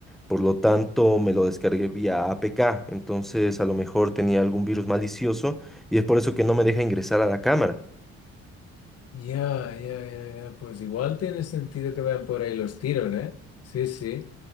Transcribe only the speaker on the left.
Ya, ya, ya, ya. Pues igual tiene sentido que vayan por ahí los tiros, ¿eh? Sí, sí.